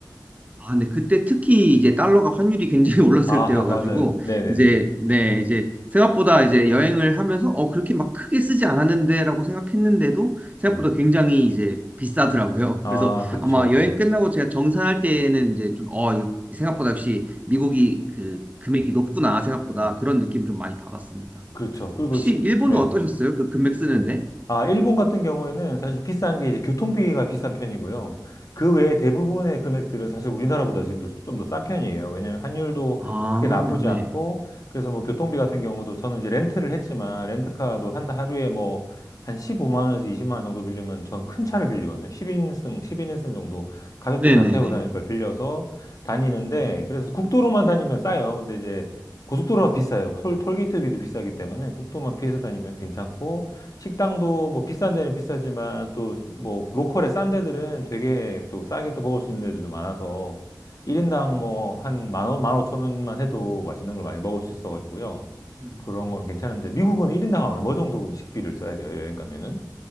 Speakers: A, on the right (about 20°); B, on the left (about 50°).
A: 아, 근데 그때 특히 이제 달러가 환율이 굉장히 <laughs> 올랐을
B: 아하,
A: 때여가지고
B: 맞아요. 네네네.
A: 이제 네 이제 생각보다 이제 여행을 하면서 어 그렇게 막 크게 쓰지 않았는데라고 생각했는데도 생각보다
B: 네.
A: 굉장히 이제 비싸더라고요.
B: 아,
A: <laughs> 그래서
B: 그렇죠.
A: 아마 여행 끝나고 제가 정산할 때에는 이제 좀어 생각보다 역시 미국이 그 금액이 높구나 생각보다
B: 음.
A: 그런 느낌 좀 많이 받았습니다.
B: 그렇죠. 그리고
A: 혹시
B: 식,
A: 일본은
B: 네.
A: 어떠셨어요? 그 금액
B: 이-
A: 쓰는데?
B: 아, 일본 같은 경우에는 사실 비싼 게 이제 교통비가 비싼 편이고요. 그 외에 대부분의 금액들은 사실 우리나라보다 지금도 좀 더 싼 편이에요. 왜냐하면 환율도
A: 아,
B: 크게 나쁘지
A: 네.
B: 않고, 그래서 뭐 교통비 같은 경우도 저는 이제 렌트를 했지만, 렌트카도 한 하루에 뭐 한 15만 원에서 20만 원 정도 빌리면 저는 큰 차를 빌리거든요. 10인승, 1 0인승 정도 가족들
A: 네네네.
B: 다 태우고 다닐 걸 빌려서 다니는데, 그래서 국도로만 다니면 싸요. 근데 이제 고속도로가 비싸요. 톨, 톨게이트비도 비싸기 때문에 국도만 피해서 다니면 괜찮고, 식당도 뭐 비싼 데는 비싸지만 또 뭐 로컬의 싼 데들은 되게 또 싸게 또 먹을 수 있는 데들도 많아서 1인당 뭐 한 만 원, 만 오천 원만 해도 맛있는 걸 많이 먹을 수 있어가지고요.
A: 음,
B: 그런 건 괜찮은데 미국은 1인당 얼마 정도 음 식비를 써야 돼요? 여행 가면은?